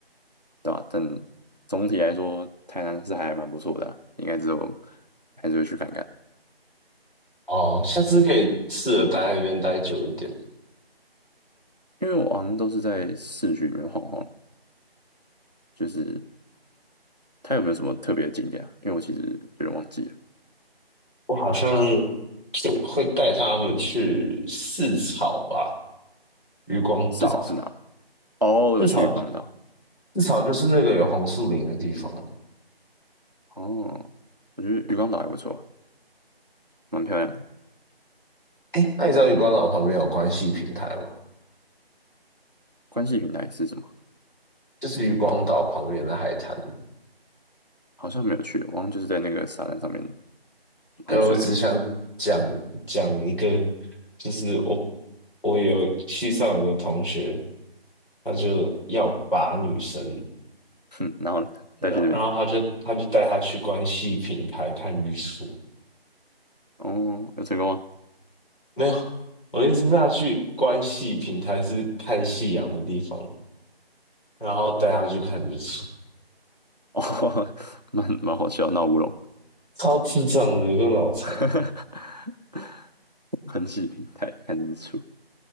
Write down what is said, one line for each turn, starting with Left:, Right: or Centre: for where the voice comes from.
Right: 对吧？但总体来说，台南是还蛮不错的啊应该之后还是会去看看，
Left: 哦。下次可以试着待在那边待久一点。
Right: 因为我好像都是在市区里面晃晃，就是它有没有什么特别的景点啊？因为我其实有点忘记了，
Left: 我好像就会带他们去四草吧，渔光岛。
Right: 四少是哪？哦，
Left: 四草，
Right: 有去渔光岛，
Left: 四草就是那个有红树林的地方啊。
Right: 哦，我觉得渔光岛还不错啊蛮漂亮的
Left: 哎，那你知道渔光岛旁边有关系平台吗？
Right: 关系平台是什么？
Left: 就是渔光岛旁边的海滩。
Right: 好像没有去，我好像就是在那个沙滩上面
Left: 哎，
Right: 玩水而已。
Left: 我只想讲讲一个，就是我我有系上有个同学，他就要把女生，
Right: 哼，然后呢带去那边，
Left: 然后然后他就他就带她去关系平台看日出，
Right: 哦，有成功吗？
Left: 没有，我的意思是他去关系平台是看夕阳的地方，然后带她去看日出，
Right: 哦，<laughs> 蛮蛮好笑，闹乌龙，
Left: 超智障的，有个脑残，
Right: <laughs> 宽气平台看日出，